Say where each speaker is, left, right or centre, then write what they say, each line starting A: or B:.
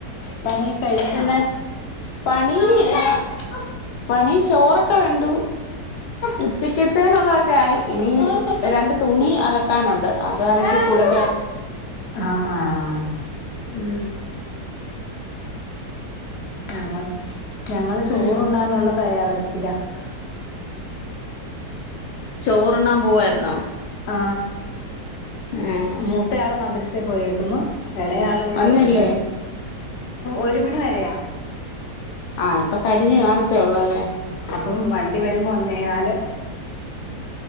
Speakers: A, on the left; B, on the left.
A: പണിയൊക്കെ കഴിഞ്ഞ
B: പിന്നെ പണി ആ പണി ചോറൊക്കെ വെന്തു ഉച്ചക്കത്തേനുള്ളതൊക്കായി ഇനി രണ്ട് തുണി അലക്കാനുണ്ട് അത് അനക്ക് കുളിക്കണം
A: ആ ആ
B: ഉം
A: ഞങ്ങൾ ഞങ്ങള് ചോറുണ്ണാനുള്ള
B: ഉം
A: തയ്യാറെടുപ്പിലാ
B: ചോറുണ്ണാൻ പോവായിരുന്നോ
A: ആ
B: ആഹ്
A: മൂത്തയാള് മദ്രസേ പോയേക്കുന്നു എളേയാള് ഇവിടെ
B: വന്നില്ലേ
A: ഒണ്ട് ഒരു മണി വരെയ
B: ആ ഇപ്പൊ കഴിഞ്ഞു കാണത്തേ ഒള്ളല്ലേ
A: പ്പം വണ്ടി വെരുമ്പോ ഒന്നേകാല്